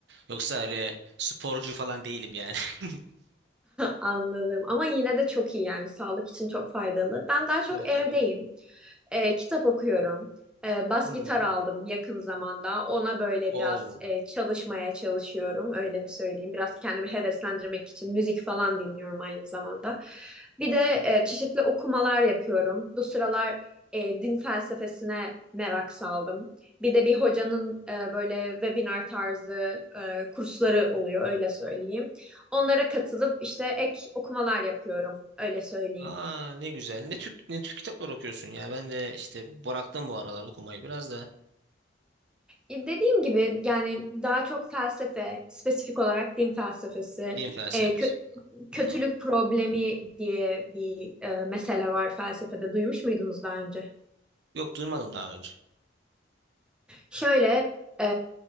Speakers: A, on the right (about 65°); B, in the centre.
A: Yoksa öyle sporcu falan değilim yani. <laughs>
B: Anladım. Ama yine de çok iyi yani. Sağlık için çok faydalı. Ben daha çok
A: Tabii tabii.
B: evdeyim. E, kitap okuyorum. E, bas
A: Hmm.
B: gitar aldım yakın zamanda. Ona böyle
A: Oo.
B: biraz e, çalışmaya çalışıyorum, öyle söyleyeyim. Biraz kendimi heveslendirmek için müzik falan dinliyorum aynı zamanda. Bir de e, çeşitli okumalar yapıyorum. Bu sıralar e, din felsefesine merak saldım. Bir de bir hocanın e, böyle webinar tarzı e, kursları oluyor, öyle söyleyeyim. Onlara katılıp işte ek okumalar yapıyorum, öyle söyleyeyim.
A: Aa ne güzel. Ne Türk ne Türk kitaplar okuyorsun ya. Ben de işte bıraktım bu aralar okumayı biraz da.
B: E, Dediğim gibi yani daha çok felsefe, spesifik olarak din felsefesi,
A: Din felsefesi.
B: e, kö-
A: Hmm.
B: kötülük problemi diye bir e, mesele var felsefede. Duymuş muydunuz daha önce?
A: Yok duymadım daha önce.
B: Şöyle e,